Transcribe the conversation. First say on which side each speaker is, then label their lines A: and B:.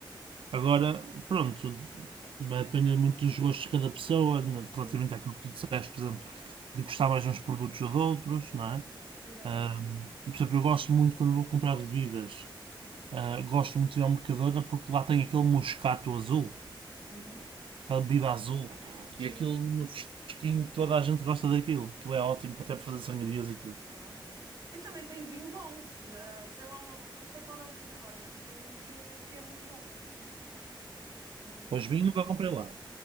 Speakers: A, on the right (about 85°); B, on the right (about 45°).
A: Agora, pronto, vai depender muito dos gostos de cada pessoa, né,
B: Sim,
A: relativamente àquilo que tu disseste, por exemplo. de gostar mais de uns produtos ou de outros, não é?
B: exatamente.
A: Ah, por exemplo, eu gosto muito quando vou comprar bebidas, ah, gosto muito de ir ao Mercadona porque lá tem aquele moscato azul,
B: Uhum.
A: aquela bebida azul,
B: Sim.
A: e aquilo no fresquinho toda a gente gosta daquilo, aquilo é ótimo até para fazer
B: Ok.
A: sangrias e tudo.
B: Ah, boa. E também tem vinho bom. Eh, tem lá uma. Não sei qual é o vinho agora, mas tem um que, que é muito bom. Agora não me lembro
A: Pois
B: qual
A: vinho
B: é
A: nunca
B: o nome.
A: comprei lá.